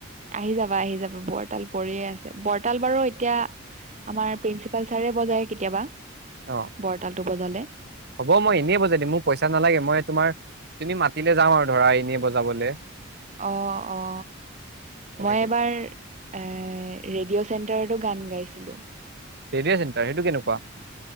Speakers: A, on the right; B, on the right.
A: আহি যাবা আহি যাবা বৰৰতাল পৰিয়ে আছে বৰতাল বাৰু এতিয়া। আমাৰ প্ৰিন্সিপাল ছাৰে বজায় কেতিয়াবা
B: অ',
A: বৰ্তাল টো বজালে।
B: হ'ব মই এনেই বজাই দিম মোৰ পইচা নালাগে মই তোমাৰ। তুমি মাতিলে যাও আৰু ধৰা এনেই বজাবলৈ।
A: অ অ
B: এনেকে।
A: মই এবাৰ। এ ৰেডিঅ' চেণ্টাৰতো গান গাইছিলো।
B: ৰেডিঅ' চেণ্টাৰ সটো কেনেকুৱা।